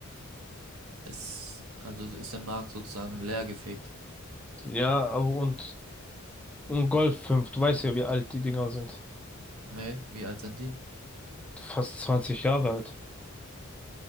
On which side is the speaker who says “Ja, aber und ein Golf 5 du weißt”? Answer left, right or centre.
Centre